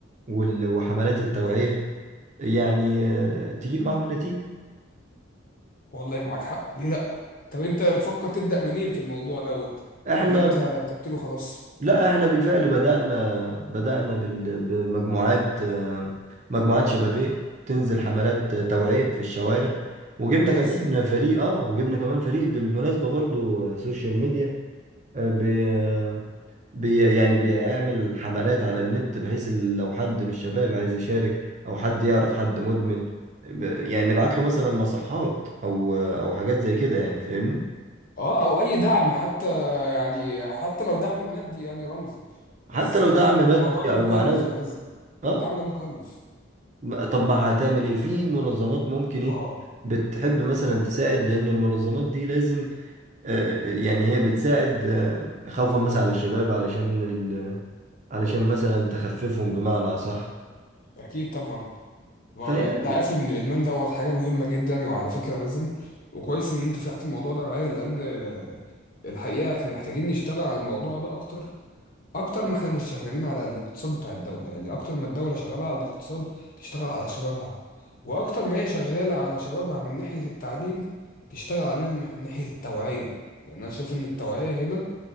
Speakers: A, on the right; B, on the left.
A: وال- وحملات التوعية يعني آه، تجيب معهم نتيجة
B: والله معاك حق ليه لأ طب انت بتفكر تبدأ منين في الموضوع دوت
A: احنا
B: ولا انت رتبت له خلاص
A: لا احنا بالفعل بدأنا بدأنا بال- بمجموعات آه، مجموعات شبابية تنزل حملات توعية في الشوارع وجبنا
B: ممتاز
A: كمان فريق اه وجبنا كمان فريق بالمناسبة برضو آه، سوشيال ميديا آه، بي آه، بي يعني بيعمل حملات على النت بحيث ال- لو حد من الشباب عايز يشارك او حد يعرف حد مدمن ب- يعني نبعت له مثلا مصحات او او حاجات زي كده يعني فاهمني
B: اه او اي دعم حتى يعني حتى لو دعم مادي يعني رمزي بس
A: حتى لو
B: آه،
A: دعم مادي
B: الموضوع ده
A: او
B: مكلف
A: معنوي
B: يا مازن
A: اه
B: الدعم ده مكلف
A: ما- طب ما هتعمل ايه في منظمات ممكن ايه
B: اه آه،
A: بتحب مثلا تساعد لان المنظمات دي لازم آه، آه، يعني هي بتساعد آه، خوفا مثلا على الشباب علشان ال... علشان مثلا تخففهم بمعنى صح
B: اكيد طبعا والتعافي
A: فيعني
B: من الادمان دوت حاجه مهمه جدا وعلى فكره مازن وكويس ان انت فتحت الموضوع ده معايا لان آه، الحقيقه احنا محتاجين نشتغل على الموضوع ده اكتر اكتر ما احنا مش شغالين على الاقتصاد بتاع الدوله يعني اكتر ما الدوله شغاله على الاقتصاد تشتغل على شبابها واكتر ما هي شغاله على شبابها من ناحيه التعليم تشتغل عليهم من ناحيه التوعيه يعني انا شايف ان التوعيه هنا